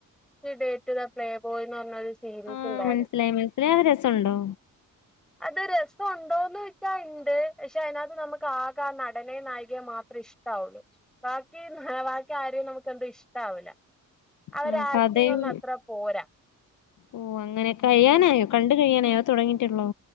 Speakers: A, in the centre; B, on the left.
A: ഡേറ്റ് ദ പ്ലേ ബോയ്ന്ന് പറഞ്ഞരു സീരീസ്
B: ആഹ്
A: ഇണ്ടായിരുന്നു.
B: മനസ്സിലായി മനസ്സിലായി അത് രസണ്ടോ
A: അത്‌രെ സ ഇ ഉണ്ടോന്ന് വെച്ചാൽ ഇണ്ട് പക്ഷെ അതിനകത്ത് നമുക്ക് ആകെ ആ നടനേ നായികയും മാത്രം ഇഷ്ട ഇഷ്ടുള്ളു ബാക്കി ബാക്കി ആരും നമുക്ക് എന്ത ഇഷ്ടവു ല. അവര്
B: ആ
A: ആക്ടിങ്
B: കഥയും
A: ഒന്ന് അത്ര പോരാ.
B: ഓ അങ്ങനെ കഴിയാനായോ കണ്ട് കഴിയാനായോ അതോ തുടങ്ങിയിട്ടുള്ളോ?